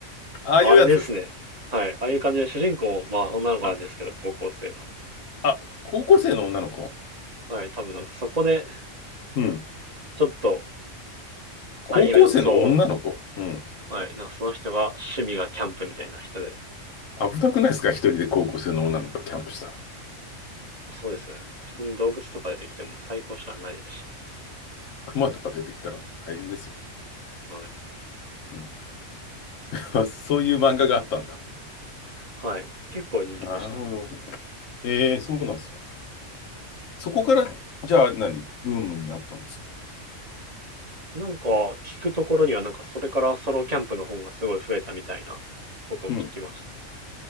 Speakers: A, on the left; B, on the right.
A: ああいうやつですか。
B: あれですね。はい。ああいう感じで主人公、まあ女の子なんですけど、
A: あ、
B: 高校生の。
A: あ、高校生の女の子。
B: はい。多分なんかそこで、
A: うん。
B: ちょっと
A: 高校生の女の子。
B: アニメの層を、
A: うん。
B: はい。なんかその人が趣味がキャンプみたいな人で。
A: 危なくないですか一人で高校生の女の子がキャンプしたら。
B: そうですよね。普通に動物とか出てきても対抗手段ないですしね。
A: 熊とか出てきたら大変ですよね。
B: はい。
A: うん <laughs> そういう漫画があったんだ。
B: はい。結構人気でした。
A: なるほど。ええそうなんですか。そこから、じゃあ何ブームになったんですか
B: なんか、聞くところにはなんかそれからソロキャンプの本がすごい増えたみたいなことを聞きましたね。
A: うん。